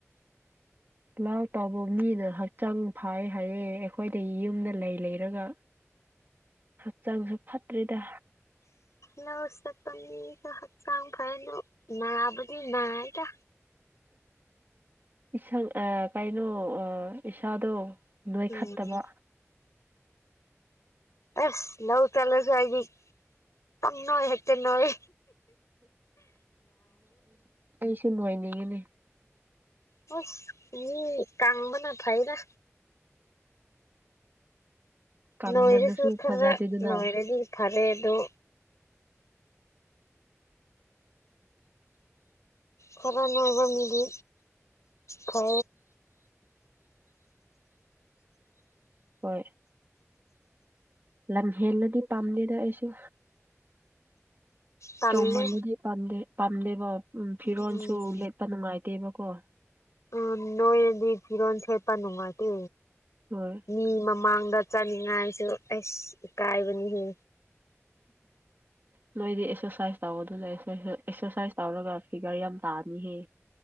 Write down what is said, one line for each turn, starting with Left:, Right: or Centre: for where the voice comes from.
Right: ꯂꯥꯎ ꯇꯥꯎꯕ ꯃꯤꯅ ꯍꯛꯆꯥꯡ ꯐꯥꯏ ꯍꯥꯏꯌꯦ ꯑꯩꯈꯣꯏꯗ ꯌꯨꯝꯗ ꯂꯩ ꯂꯩꯔꯒ ꯍꯛꯆꯥꯡꯁꯨ ꯐꯠꯇ꯭ꯔꯤꯗ
Left: ꯂꯧꯎ ꯆꯠꯄ ꯃꯤꯁꯨ ꯍꯛꯆꯥꯡ ꯐꯔꯗꯣ ꯅꯥꯕꯨꯗꯤ ꯅꯥꯏꯗ
Right: ꯏꯁꯪ ꯑ ꯀꯩꯅꯣ ꯑ ꯏꯁꯥꯗꯣ ꯅꯣꯏꯈꯠꯇꯕ
Left: ꯎꯝ ꯑꯁ ꯂꯎ ꯇꯂꯁꯨ ꯍꯥꯏ ꯇꯪꯅꯣꯣꯏ ꯍꯛꯇꯦ ꯅꯣꯦ
Right: ꯑꯩꯁꯨ ꯅꯨꯡꯉꯥꯏꯅꯤꯡꯉꯤꯅꯦ
Left: ꯍꯁ ꯃꯤ ꯀꯝꯕꯅ ꯐꯥꯏꯗ
Right: ꯀꯪꯃꯟꯅꯁꯨ
Left: ꯅꯣꯏꯔ ꯁꯨꯔ ꯈꯔ
Right: ꯐꯖꯗꯦꯗꯅ
Left: ꯅꯣꯏꯔꯗꯤ ꯐꯔꯦ ꯗꯣ ꯈꯔꯥ ꯅꯥꯒꯥꯝꯗꯤ ꯀꯦ
Right: ꯍꯣꯏ ꯂꯝ ꯍꯦꯜꯂꯗꯤ ꯄꯥꯝꯗꯦꯗ ꯑꯩꯁꯨ
Left: ꯇꯜꯂꯦ
Right: ꯆꯧꯃꯜꯂꯗꯤꯗꯦ ꯄꯥꯝꯗꯦꯕ ꯎ ꯐꯤꯔꯣꯜꯁꯨ
Left: ꯎꯝ
Right: ꯂꯦꯠꯄ ꯅꯨꯡꯉꯥꯏꯇꯦꯕ ꯀ
Left: ꯎꯝ ꯅꯣꯏꯗꯤ ꯐꯤꯔꯣ ꯁꯦꯠꯄ ꯅꯨꯡꯉꯥꯏꯇꯦ
Right: ꯍꯣꯏ
Left: ꯃꯤ ꯃꯃꯥꯡ ꯗ ꯆꯥꯅꯤꯡꯉꯥꯏꯁꯨ ꯑꯩꯁ ꯏ ꯀꯥꯏꯕꯅꯤꯍꯦ
Right: ꯎ ꯅꯣꯏꯗꯤ ꯑꯦꯛꯁꯔꯁꯥꯏꯁ ꯇꯧ ꯑꯗꯨꯅ ꯑꯦꯛꯁꯔꯁꯥꯏꯁ ꯇꯧꯔꯒ ꯐꯤꯒꯔ ꯌꯥꯝ ꯇꯥꯅꯤꯍꯦ